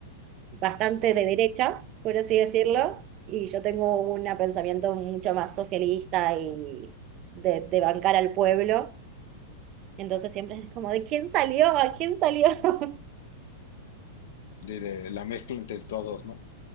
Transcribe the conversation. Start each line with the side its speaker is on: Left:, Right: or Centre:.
Right: bastante de derecha, por así decirlo, y yo tengo un pensamiento mucho más socialista y de, de bancar al pueblo, entonces siempre es como, ¿de quién salió? ¿A quién salió? <laughs>
Left: de, de la mezcla entre todos, ¿no?